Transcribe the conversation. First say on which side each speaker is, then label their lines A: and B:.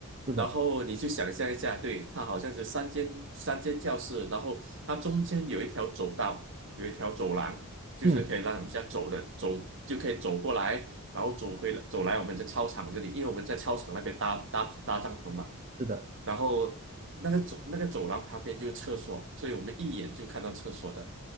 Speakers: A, on the right; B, on the right.
A: 是的，
B: 然后你就想象一下，对，它好像是三间三间教室，然后它中间有一条走道，有一条走廊，就是可以让人家走的，
A: 嗯，
B: 走就可以走过来，然后走回走来我们在操场这里，因为我们在操场那边搭搭搭帐篷嘛。
A: 是的，
B: 然后那个走那个走廊旁边就是厕所，所以我们一眼就看到厕所的。